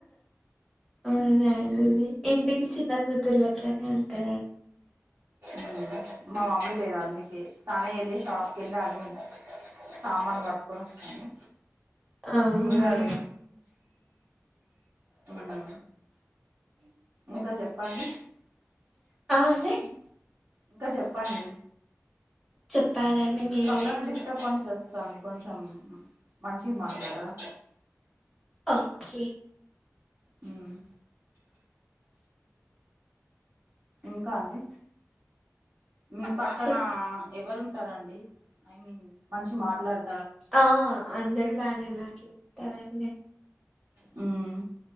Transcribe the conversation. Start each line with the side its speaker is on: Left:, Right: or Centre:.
Centre: అవునండి ఇంటికి చిన్న కూతుర్లు అట్లనే అంటారండి
Right: ఉమ్ మా మమ్మి లేదు అందుకే తనే ఏళ్ళి షాప్కి ఏళ్ళి అన్ని సామాను వట్టుకొని వచ్చింది
Centre: ఆ అ
Right: కూరగాయలు ఆ ఇంకా చెప్పండి
Centre: ఆ అండి
Right: ఇంకా చెప్పండి
Centre: చెప్పాలండి మీరే
Right: పక్కన డిస్టర్బన్స్ వస్తుంది కొంచెం మంచిగా మాట్లాడరా
Centre: ఓకే
Right: ఉమ్ ఇంకా అండి మీ పక్కన
Centre: చెప్
Right: ఎవరు ఉంటారండి ఐ మీన్ మంచి మాట్లాడు
Centre: ఆ అందరు బానే మాట్లాడతరండి
Right: వ్మ్